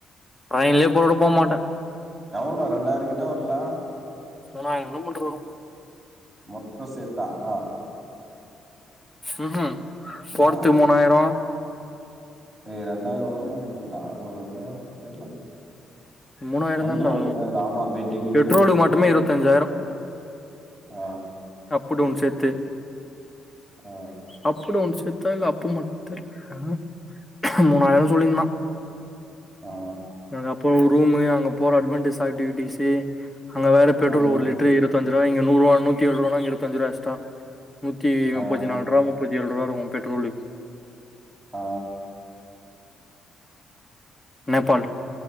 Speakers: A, on the left; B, in the centre.
A: ரயின்யில்லியே போனாக்கூட போ மாட்டே
B: எவல் நேரோ ரெண்டாயிரோ கிட்டே வர்ல
A: மூனாயிரோ கிலோ மீட்ரு வரோ
B: மொத்தோ சேத்தா அ
A: உ உம் போர்த்து
B: ஆ
A: மூணாயிரோ
B: ஏ ரெண்டாயிரோ வருன் நெனைக்கிரண்டா ஓர் ரெண்டாய்ரோ தெர்லே
A: மூணாயிரோ
B: வந்துரோ
A: தான்டா
B: முனாயிரோ ஆமா பெண்டு கிண்டு
A: பெட்ரோலுக்கு
B: போவோ
A: மட்டுமே இருவத்தஞ்சாயிரோ
B: ஆ
A: அப்பு டவுன் சேத்து
B: ஆ
A: அப்பு டவுன் சேத்தா இல்ல அப்பு மட் தெர்ல ஆ மூணாயிரோ சொல்லியிந்தா
B: ஆ
A: அ அப்றோ ரூமூ அங்க போற அட்வென்டுஸ் ஆக்டிவிட்டிஸு அங்க வேற பெட்ரோலு
B: ம் ம்
A: ஒரு லிட்ரு இருவத்தஞ்ரூபா இங்க நூர்வா நூத்தி ஏல்ரூபானா இங்க இருவத்தஞ்ரூவா எக்ஸ்ட்ரா நூத்தி
B: ஆ
A: முப்பத்தினால்ரூபா முப்பத்திஏல்ரூபா இருக்கோ பெட்ரோலு
B: ஆ
A: நேபாள்